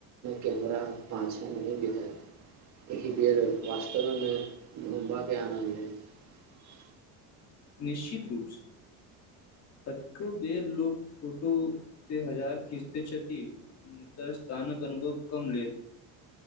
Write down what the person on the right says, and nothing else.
कैमरा पाचे नहि नहि बितए एहि बेर वास्तवेमे घुमबाके आनन्द लेब